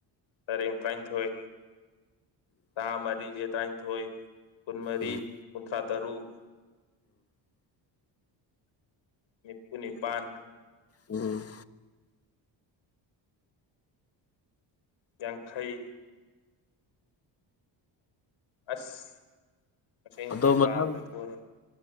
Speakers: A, on the left (about 75°); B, on the left (about 30°).
A: ꯁꯔꯦꯡ ꯇꯔꯥꯅꯤꯊꯣꯏ ꯊꯥ ꯃꯔꯤ ꯑꯦ ꯇꯔꯥꯅꯤꯊꯣꯏ ꯀꯨꯟꯃꯔꯤ
B: ꯎꯝ
A: ꯈꯥ ꯇꯔꯨꯛ ꯅꯤꯄꯨ ꯅꯤꯄꯥꯟ
B: ꯎꯝ
A: ꯌꯥꯡꯈꯩ ꯑꯁ
B: ꯑꯗꯣ
A: ꯗꯤꯦ ꯄꯕꯗ
B: ꯃꯊꯪ
A: ꯊꯔ